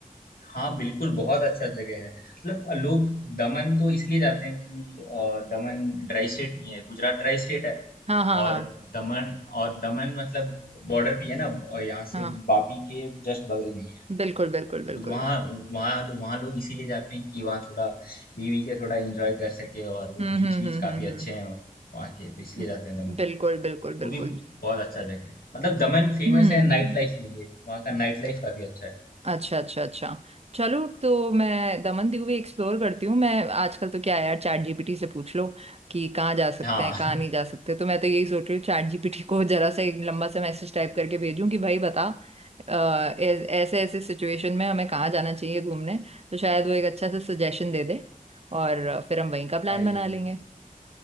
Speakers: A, on the left; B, on the right.
A: हाँ, बिल्कुल, बहुत अच्छा जगह है। मतलब लोग दमन तो इसलिए जाते हैं कि अ, दमन ड्राई स्टेट नहीं है, गुजरात ड्राई स्टेट है
B: हाँ हाँ
A: और
B: हाँ
A: दमन और दमन मतलब बॉर्डर पे है ना अ, यहाँ
B: हाँ
A: से वापी के जस्ट बगल में ही है।
B: बिल्कुल
A: तो
B: बिल्कुल बिल्कुल
A: वो तो वहाँ वहाँ वहाँ लोग इसीलिए जाते हैं कि वहाँ थोड़ा पी वी के थोड़ा एंजॉय कर सके और वो
B: हम्म
A: बीच
B: हम्म
A: बीच
B: हम्म
A: काफी अच्छे
B: हम्म
A: हैं वहाँ के, तो इसलिए
B: हम्म
A: जाते हैं दमन।
B: बिल्कुल बिल्कुल
A: वो
B: बिल्कुल
A: भी बहुत अच्छा जगह है। मतलब दमन फेमस
B: हम्म
A: है नाइट लाइफ के लिए, वहाँ का नाइट लाइफ काफी अच्छा है।
B: अच्छा अच्छा अच्छा चलो तो मैं दमन दीव भी एक्सप्लोर करती हूँ मैं आजकल तो क्या है यार चैट जीपीटी से पूछ लो कि कहाँ जा सकते
A: हाँ,
B: हैं कहाँ
A: <laughs>
B: नहीं जा सकते तो मैं तो यही सोच रही हूँ चैट जीपीटी को जरा सा एक लंबा सा मैसेज टाइप करके भेजूँ कि भाई बता अ, ऐस- ऐसे ऐसे सिचुएशन में हमें कहाँ जाना चाहिए घूमने तो शायद वो एक अच्छा सा सजेशन दे दे और फिर हम वहीं का प्लान
A: अई
B: बना लेंगे